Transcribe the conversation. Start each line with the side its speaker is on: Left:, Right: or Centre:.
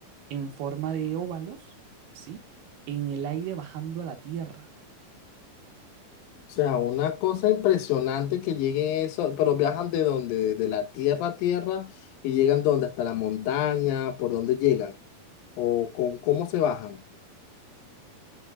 Right: en forma de óvalos, ¿sí? En el aire bajando a la tierra.
Left: O sea, una cosa impresionante que lleguen eso, pero viajan de donde, de la tierra a tierra y llegan donde, hasta la montaña, por dónde llegan o con cómo se bajan.